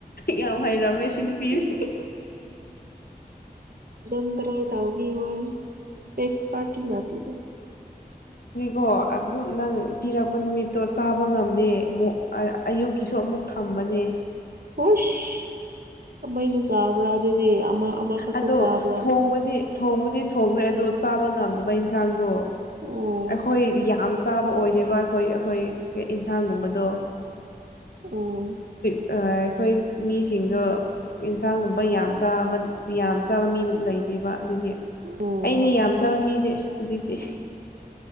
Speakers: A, on the left (about 80°); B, on the right (about 75°).
A: ꯌꯥꯝ ꯐꯩꯔꯝꯃꯦ ꯁꯤꯅ ꯄꯤꯁꯤꯅꯦ
B: ꯎꯝ ꯝꯗꯔ ꯇꯧꯒ ꯋꯥ ꯑꯦꯁ ꯄꯥꯇꯤ ꯃꯥꯇꯗ
A: ꯀꯣ ꯑꯗꯨꯝ ꯅꯪ ꯄꯤꯔꯛꯄ ꯅꯨꯃꯤꯠꯇꯣ ꯆꯥꯕ ꯉꯝꯗꯦ ꯑꯃꯨꯛ ꯑꯌꯨꯛꯀꯤꯁꯨ ꯑꯃꯨꯛ ꯊꯝꯕꯅꯦ
B: ꯍꯣꯏꯁ ꯑꯩꯅ ꯆꯥꯕ꯭ꯔꯥ ꯑꯗꯨꯗꯤ ꯑꯃ ꯑꯃꯈꯛꯇ
A: ꯑꯗꯣ
B: ꯆꯥꯕ꯭ꯔꯥ ꯑꯣ
A: ꯊꯣꯡꯕꯗꯤ ꯊꯣꯡꯕꯨꯗꯤ ꯊꯣꯡꯈ꯭ꯔꯦ ꯑꯗꯣ ꯆꯥꯕ ꯉꯝꯗꯕ ꯏꯟꯁꯥꯡꯗꯣ
B: ꯑꯣ
A: ꯑꯩꯈꯣꯏ ꯌꯥꯝ ꯆꯥꯕ ꯑꯣꯏꯗꯕ ꯑꯩꯈꯣꯏ ꯑꯩꯈꯣꯏꯒꯤ ꯌꯦꯟꯁꯥꯡꯒꯨꯝꯕꯗꯣ
B: ꯎꯝ
A: ꯑꯩꯈꯣꯏ ꯃꯤꯁꯤꯡꯗꯣ ꯌꯦꯟꯁꯥꯡꯒꯨꯝꯕ ꯌꯥꯝ ꯆꯥꯕꯗꯤ ꯌꯥꯝ ꯆꯥꯕ ꯃꯤꯅ ꯂꯩꯇꯦꯕ ꯑꯗꯨꯒꯤ
B: ꯑꯣ
A: ꯑꯩꯅꯦ ꯌꯥꯝ ꯆꯥꯕ ꯃꯤꯗꯤ ꯍꯧꯖꯤꯛꯇꯤ